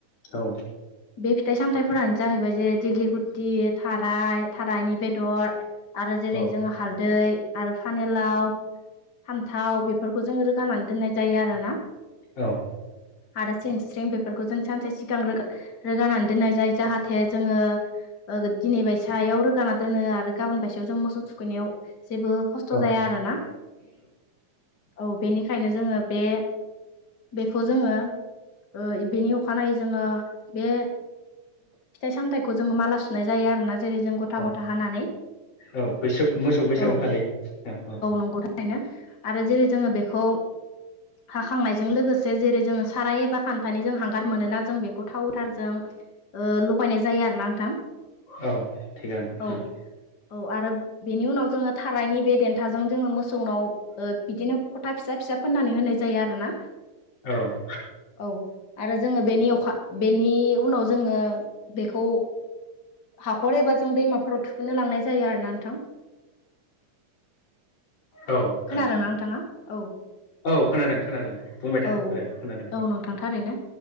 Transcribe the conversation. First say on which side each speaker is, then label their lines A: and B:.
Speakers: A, on the left; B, on the left.
A: औ
B: बे फिथाइ सामथाइफोरानो जाहैबाय जेरै दिग्लि गुथि थाराय थारायनि बेदर आरो जेरै
A: औ
B: जोंङो हालदै आरो फानिलाव फान्थाव बे फोरखौ जों रोगानानै दोननाय जायो आरोना।
A: औ
B: आरो सें स्रिं बेफोरखौ जों सानसे सिगांग्रो रोगानानै दोननाय जायो जाहाथे जोंङो ओग दिनै बायसायाव रोगाना दोनो आरो गाबोन बायसायाव जों मोसौ थु थुखैनायाव जेबो खस्थ'
A: औ
B: जाया आरोना। औ बेनिखायनो जोंङो बे बेखौ जोंङो ओ बेनि अखानायै जोंङो बे फिथाइ सामथायाइखौ जोंङो माला सुनाय जायो आरो ना जेरै जों गथा
A: औ
B: गथा हानानै
A: औ बैसो मोसौ बैसागु
B: औ
A: खालि औ औ
B: नंगौ थारैनो आरो जेरै जोंङो बेखौ हाखांनायजों लोगोसे जेरै जोंङो साराय एबा खान्थानि जों हांगार मोनोना जों बेखौ थाव गोथारजों ओ लगायनाय जायो आरोना नोंथां।
A: औ थिगानो
B: औ
A: हो
B: औ आरो बेनि उनाव जोंङो थारायनि बे देन्थाजों जोंङो मोसौनाव ओ बिदिनो फथा फिसा फिसा फोननानै होनाय जायो आरो ना।
A: औ
B: औ आरो जोंङो बेनि अखा बेनि उनाव जोंङो बेखौ हाखर एबा जों दैमाफोराव थुखैनो लांनाय जायो आरो ना नोंथां।
A: औ
B: खोनादोंना
A: औ
B: नोंथांङा औ
A: औ खोनादों खोनादों दे बुंबाय था
B: औ
A: दे खोनादों
B: औ नोंथां थारैनो